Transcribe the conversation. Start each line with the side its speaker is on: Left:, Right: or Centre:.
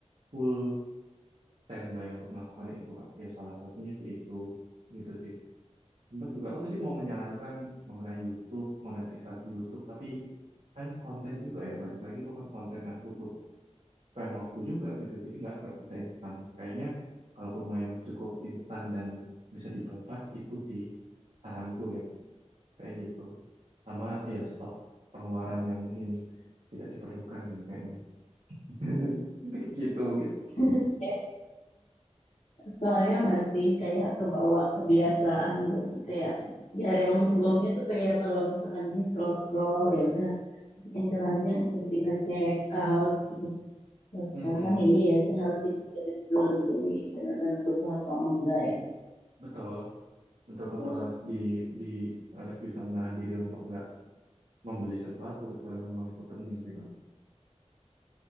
Right: full standby untuk melakukan itu kak ya salah satunya sih itu gitu sih Sempat juga aku tadi mau menyarankan mengenai YouTube, monetisasi YouTube, tapi kan konten juga ya balik lagi itu kan konten kan butuh spend waktu juga gitu. Jadi nggak nggak bisa instan. Kayaknya kalaupun mau yang cukup instan dan bisa di-bypass itu sih saranku ya, Pak. Kayak gitu. Sama ya stop pengeluaran yang mungkin tidak diperlukan sih kayaknya. <laughs> Kayak gitu gitu.
Left: sih. soalnya masih kayak kebawa kebiasaan gitu kayak ya yang sebelumnya tuh kayak kalau misalkan ini scroll scroll ya udah masukin keranjang tiba-tiba check out gitu Kalau
Right: Mm-mm.
Left: sekarang ya iya ya sih harus dipikirin dulu gitu ini benar-benar butuh atau enggak ya
Right: Betul, betul-betul
Left: oh,
Right: harus di di harus bisa menahan diri untuk nggak membeli sesuatu kecuali memang itu penting sih Kak.